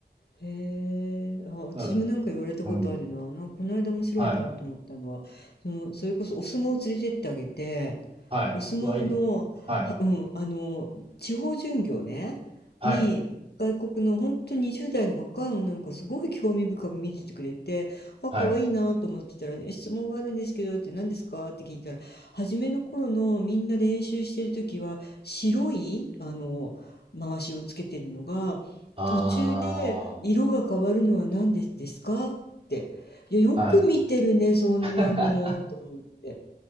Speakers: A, on the left; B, on the right.
A: へえ、あ、私もなんか言われたことあるな。
B: なる。うん。
A: なんかこの間面白いなと思ったのは、
B: はい。
A: その、それこそお相撲を連れてってあげて、
B: はい。
A: お相撲の、
B: うわ、いいですね。はい。
A: は、うん、あの、地方巡業ね、
B: はい。
A: に、外国の本当20代の若い女の子すごい興味深く見ててくれて、あ、
B: はい。
A: 可愛いなと思ってたら、え質問があるんですけどって何ですかって聞いたら、初めの頃のみんな練習してる時は白い、あの、回しをつけてるのが、
B: あ
A: 途中で色が変わるのは何でですか？って。いや、よく見てるね、
B: あ。はい。
A: そんなのと思って。
B: <laughs>